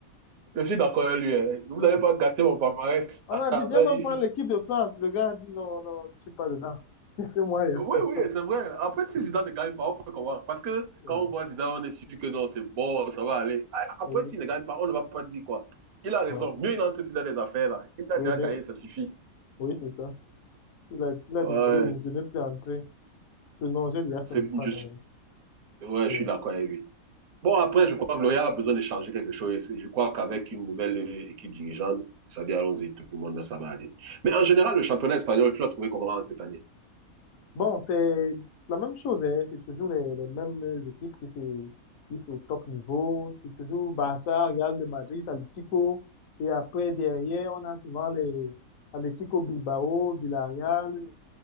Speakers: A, on the right; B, on the left.
A: Je suis d'accord avec lui. hein. Vous
B: Ouais.
A: n'avez pas gâté mon palmarès
B: On
A: <laughs>
B: a
A: avec
B: dit, viens même
A: une
B: prendre l'équipe de France. Le gars a dit, non, non, je ne suis pas dedans. <laughs> Laissez-moi, il y a
A: Oui,
B: comme
A: oui,
B: ça.
A: c'est vrai. Après, si Zidane ne gagne pas, on fait comment? Parce que
B: Ouais.
A: quand on voit Zidane, on est sûr que non, c'est bon, ça va aller. Ah, Après,
B: Oui,
A: s'il ne gagne pas, on ne va pas dire quoi. Il a raison.
B: ouais.
A: Mieux une entreprise dans les affaires, là. Il a
B: Oui,
A: déjà
B: mais,
A: gagné, ça suffit.
B: oui, c'est ça. Il a, il
A: Ouais,
B: a décidé de ne plus entrer. Le non, je lui ai
A: c'est
B: fait mon pas.
A: juste.
B: donc,
A: Ouais,
B: ouais.
A: je suis d'accord avec lui. Bon, après, je crois que le a besoin de changer quelque chose. Je crois qu'avec une nouvelle euh, équipe dirigeante, ça bien allons-y, tout le monde, là, ça va aller. Mais en général, le championnat espagnol, tu l'as trouvé comment cette année?
B: Bon, c'est la même chose, hein. C'est toujours les, les mêmes équipes qui se, qui sont au top niveau. C'est toujours Barça, Real de Madrid, Atlético. Et après, derrière, on a souvent les Atlético Bilbao, Villarreal,